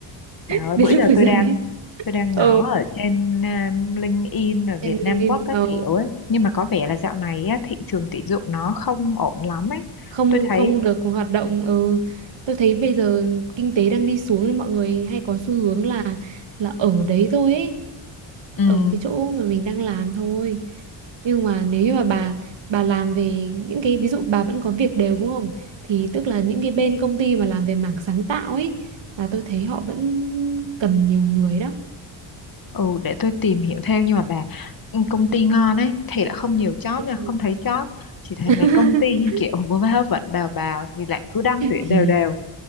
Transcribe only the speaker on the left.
bà
ơi
bữa
giờ
tôi
đang
tôi đang ngó
ở trên um, LinkedIn ở
Việt Nam
Work các
kiểu ấy nhưng mà có vẻ là dạo này á, thị trường tuyển dụng nó không ổn lắm ấy
tôi thấy
ừm,
ừ để tôi tìm hiểu thêm nhưng mà bà ừ, công ty ngon ấy thì lại không nhiều job
nha không thấy job chỉ thấy
mấy công ty kiểu vô vơ vẩn bào bào thì lại cứ đăng tuyển
đều đều